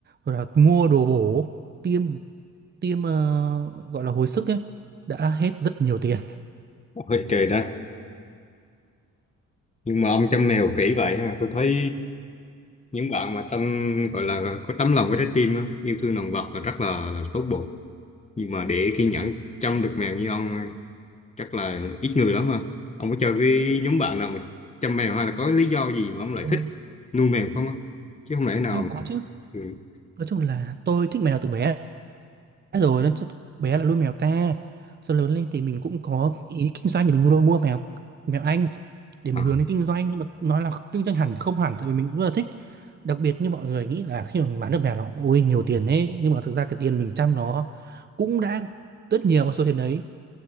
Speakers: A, on the right; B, on the left.
A: rồi là mua đồ bổ tiêm tiêm ờ, gọi là hồi sức ấy đã hết rất nhiều tiền
B: ôi trời đất. Nhưng mà ông chăm mèo kỹ vậy ha. Tôi thấy những bạn mà tâm gọi là có tấm lòng với trái tim á, yêu thương động vật là rất là, là tốt bụng. Nhưng mà để kiên nhẫn chăm được mèo như ông chắc là ít người lắm mà ông có chơi với nhóm bạn nào mà chăm mèo hay là có lý do gì mà ông lại
A: Ồ.
B: thích nuôi mèo không á chứ không lẽ nào
A: nhưng có
B: mà...
A: chứ
B: ừ.
A: nói chung là tôi thích mèo từ bé rồi nên chắc- bé là nuôi mèo ta sau lớn lên thì mình cũng có ý kinh doanh thì mình mua mua mèo mèo Anh để
B: à,
A: mình hướng đến kinh doanh nhưng mà nói là kinh doanh hẳn thì không hẳn tại vì mình cũng rất là thích đặc biệt như mọi người nghĩ là khi mà mình bán được mèo nó ôi nhiều tiền thế nhưng mà thực ra cái tiền mình chăm nó cũng đã rất nhiều vào số tiền đấy